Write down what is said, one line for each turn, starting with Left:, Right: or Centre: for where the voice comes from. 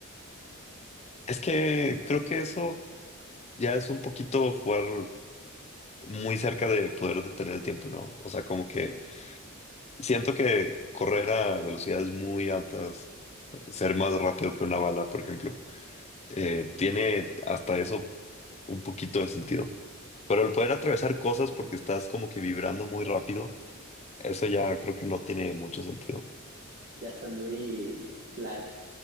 Left: Es que creo que eso ya es un poquito jugar muy cerca de poder detener el tiempo, ¿no? O sea, como que siento que correr a velocidades muy altas, ser más rápido que una bala, por ejemplo, eh, tiene hasta eso un poquito de sentido. Pero el poder atravesar cosas porque estás como que vibrando muy rápido Eso ya creo que no tiene mucho sentido.
Right: Ya está muy flash